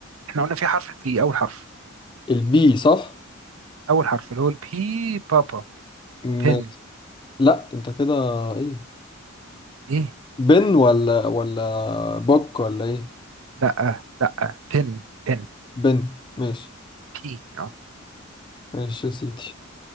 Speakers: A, on the right (about 75°); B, on the left (about 20°).
A: احنا قلنا في حرف البي اول حرف
B: البي صح؟
A: اول حرف اللي هو البي بابا
B: ماشي
A: بن
B: لأ أنت كده إيه
A: ايه
B: بن ولا ولا بوك ولا إيه
A: لا لا بن بن
B: بن ماشي
A: بي اه
B: ماشي يا سيدي